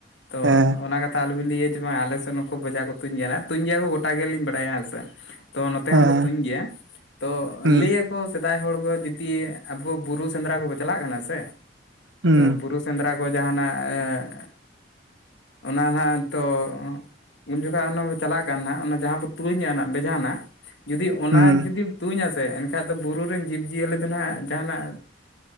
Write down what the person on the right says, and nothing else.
ᱦᱮᱸ
ᱦᱮᱸ
ᱦᱩᱸ
ᱦᱩᱸ
ᱦᱩᱸ